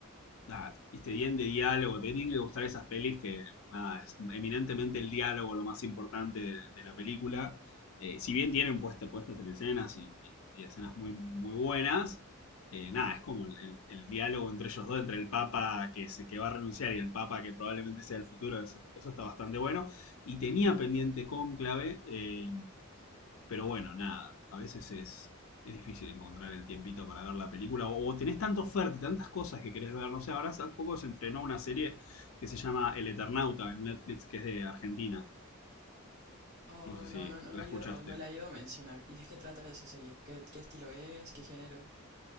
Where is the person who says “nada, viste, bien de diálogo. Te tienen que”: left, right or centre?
Left